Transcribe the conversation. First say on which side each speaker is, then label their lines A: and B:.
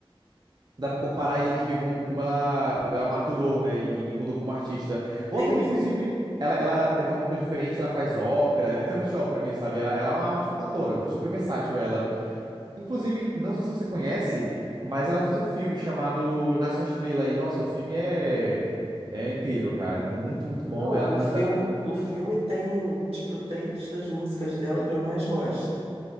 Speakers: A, on the right; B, on the right.
A: Dá pra comparar e, e ver como, como ela, ela maturou, né? E, e mudou como artista. Volta
B: sim.
A: também,
B: sim.
A: inclusive, ela, ela tenta uma coisa diferente, ela faz ópera, literalmente ópera mesmo, sabe? Ela, ela é uma ótima cantora, super versátil ela. Inclusive, não sei se você conhece, mas ela fez um filme chamado Nasce uma Estrela. E, nossa, o filme é, é incrível, cara. Muito, muito bom.
B: Não,
A: Ela
B: o
A: canta.
B: filme, o filme tem, tipo, três das músicas dela que eu mais gosto.